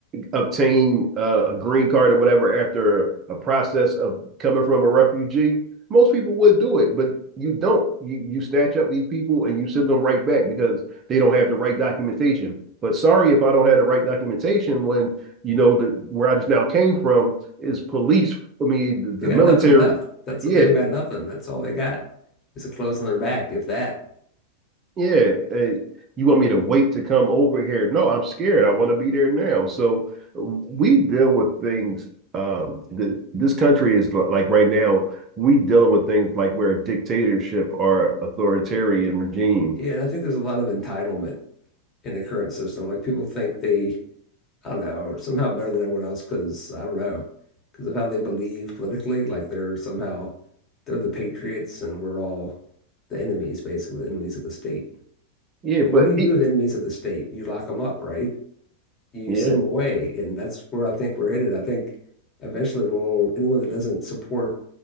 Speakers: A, on the right; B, on the left.
A: obtain uh, a green card or whatever after a process of coming from a refugee, most people would do it. But you don't. You you snatch up these people and you send them right back because they don't have the right documentation. But sorry if I don't have the right documentation when you know the where I just now came from is police. I mean the,
B: They got
A: the military.
B: nothing left. That's they
A: Yeah,
B: don't got nothing. That's all they got is the clothes on their back, if that.
A: yeah, eh, you want me to wait to come over here? No, I'm scared. I want to be there now. So we deal with things. Um, the, this country is li- like right now, we dealing with things like we're a dictatorship or authoritarian regime.
B: Yeah, and I think there's a lot of entitlement in the current system. Like people think they, I don't know, are somehow better than everyone else because I don't know, because of how they believe politically. Like they're somehow they're the patriots and we're all the enemies, basically, the enemies of the state.
A: Yeah,
B: And
A: but
B: what do you do
A: it,
B: with enemies of the state? You lock them up, right? you
A: yeah,
B: send them away. And that's where I think we're headed. I think eventually we'll anyone that doesn't support